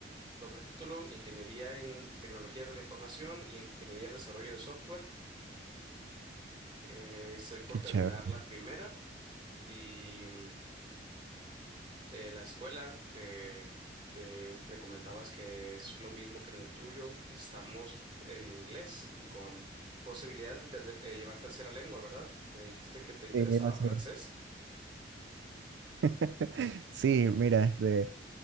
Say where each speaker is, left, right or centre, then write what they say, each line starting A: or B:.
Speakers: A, on the right; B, on the right.
A: doble título, Ingeniería en Tecnologías de la Información y Ingeniería en Desarrollo de Software. Eh, estoy por
B: Qué
A: terminar
B: chévere.
A: la primera y mm, eh, la escuela eh, que me comentabas que es lo mismo que en el tuyo, estamos en inglés y con posibilidad de, ter- eh, llevar tercera lengua, ¿verdad? Me dijiste que te interesaba
B: Sí, así
A: francés.
B: es. <laughs> Sí, mira, este,